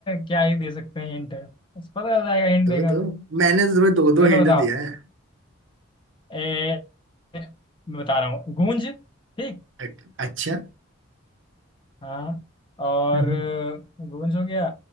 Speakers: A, on the left; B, on the right.
A: क्या ही दे सकते हैं हिंट बस पता चल जाएगा हिंट
B: दो
A: देगा
B: दो
A: तो
B: मैंने तो तुम्हें दो दो
A: चलो
B: हिंट
A: बताओ
B: दिया है
A: ए, मैं बता रहा हूँ गूंज ठीक
B: अ- अच्छा
A: हाँ और
B: हम्म,
A: गूंज हो गया